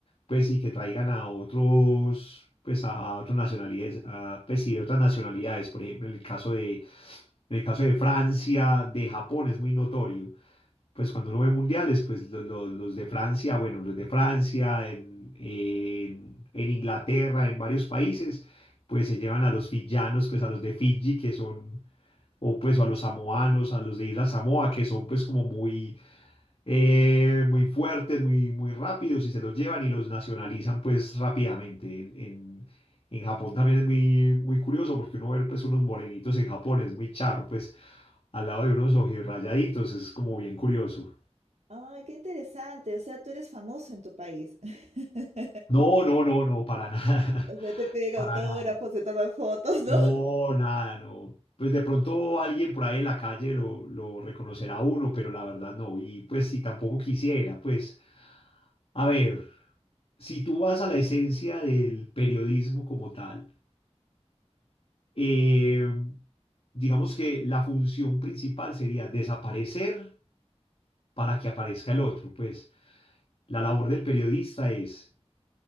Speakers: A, on the left (about 55°); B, on the right (about 80°).
A: pues sí, que traigan a otros, pues a, a otras nacionalidades, a, pues sí, de otras nacionalidades, por ejemplo, en el caso de, en el caso de Francia, de Japón es muy notorio. Pues cuando uno ve mundiales, pues lo- lo- los de Francia, bueno, los de Francia, en, en, en Inglaterra, en varios países, pues se llevan a los fiyanos, pues a los de Fiji, que son o pues o a los samoanos, a los de Isla Samoa, que son pues como muy, eh, muy fuertes, muy, muy rápidos y se los llevan y los nacionalizan pues rápidamente. En, en, en Japón también es muy, muy curioso porque uno ver pues unos morenitos en Japón es muy charro, pues al lado de unos ojirrayaditos, es como bien curioso.
B: Ay, qué interesante. O sea, tú eres famoso en tu país. <laughs>
A: No, no, no, no, para nada,
B: O
A: <laughs>
B: sea, te piden
A: para
B: autógrafos,
A: nada.
B: se toman fotos, ¿no?
A: No, nada, no. Pues de pronto alguien por ahí en la calle lo, lo reconocerá a uno, pero la verdad no. Y pues si tampoco quisiera, pues a ver, si tú vas a la esencia del periodismo como tal, eh, digamos que la función principal sería desaparecer para que aparezca el otro. Pues la labor del periodista es